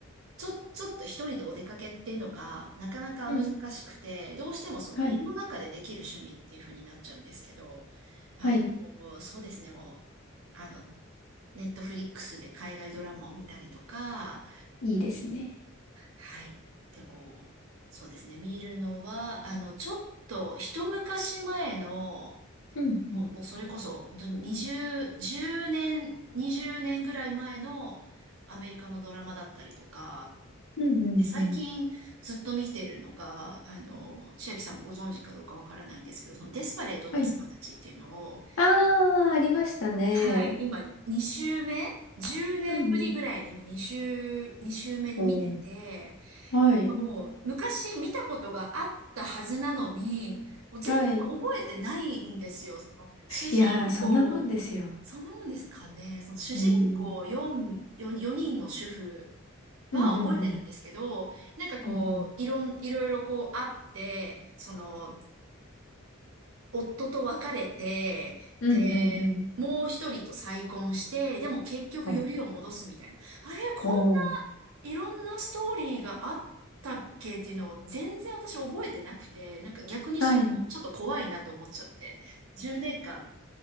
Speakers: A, on the right; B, on the left.
A: ちょ、ちょっと一人でお出かけっていうのが、なかなか難しくて、
B: うん。
A: どうしてもその家の中でできる趣味っていう風になっちゃうんですけど、
B: はい。
A: あのそうですね、
B: はい。
A: もう、あの、ネットフリックスで海外ドラマを見たりとか、
B: いいですね。
A: はい。で、こう、そうですね。見るのは、あの、ちょっと一昔前の、
B: うんうん。
A: もう、もうそれこそ、本当に20、1年、20年ぐらい前のアメリカのドラマだったりとか、
B: うんうんうん。
A: で最近ずっと見てるのが、あの、千秋さんもご存知かどうかわからないんですけど、そのデスパレートな妻たちっていうのを、
B: はい。あー、ありましたね。
A: はい、今2週目 ?10 年ぶりぐらいに今2週、
B: うんうん。
A: 2週目で見てて、
B: おーはい。
A: なんかもう昔見たことがあったはずなのに、もう全然覚えてないんですよ。
B: はい。
A: その主人公、
B: いやー、そんなもんですよ。
A: そのもんですかね、その主人公4、
B: うん。
A: 4、4人の主婦は覚えてるんですけど、
B: うんうんうん。
A: なんかこう、
B: うんうん。
A: いろん、いろいろこうあって、その、夫と別れて、
B: うんうんうん。
A: で、もう一人と再婚して、でも結局よりを戻すみたいな。
B: お、
A: あれ、こんな
B: おー。
A: いろんなストーリーがあったっけっていうのを全然私覚えてなくて、なんか逆にそれがちょっと怖いなと思っちゃって、
B: はい。
A: 10年間